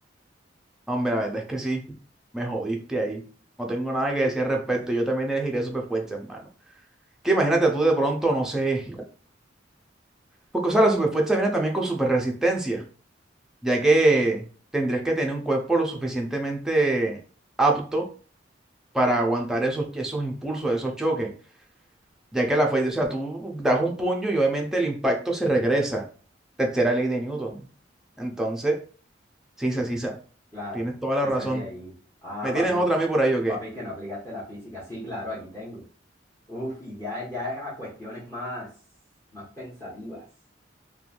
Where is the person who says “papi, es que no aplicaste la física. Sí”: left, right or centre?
Left